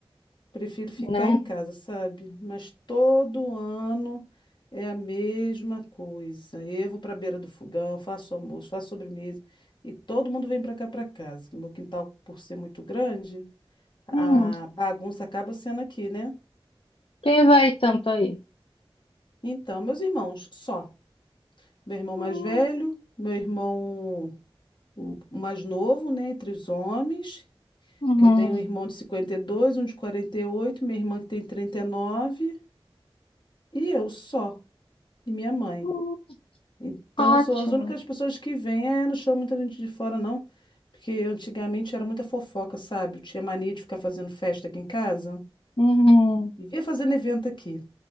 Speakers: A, on the left; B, on the left.
A: Prefiro ficar
B: Não.
A: em casa, sabe? Mas todo ano é a mesma coisa. Eu vou para a beira do fogão, faço almoço, faço sobremesa e todo mundo vem para cá para casa. Meu quintal, por ser muito grande, a
B: Hum.
A: bagunça acaba sendo aqui, né?
B: Quem vai tanto aí?
A: Então, meus irmãos, só. Meu irmão
B: Hum,
A: mais velho, meu irmão o o mais novo, né, entre os homens,
B: uhum,
A: que eu tenho um irmão de 52, um de 48, minha irmã que tem 39 e eu só, e minha mãe.
B: hum,
A: Então,
B: Ótimo.
A: são as únicas pessoas que vêm. É, não chama muita gente de fora, não. Porque antigamente era muita fofoca, sabe? Eu tinha mania de ficar fazendo festa aqui em casa.
B: Uhum,
A: Vivia fazendo evento aqui.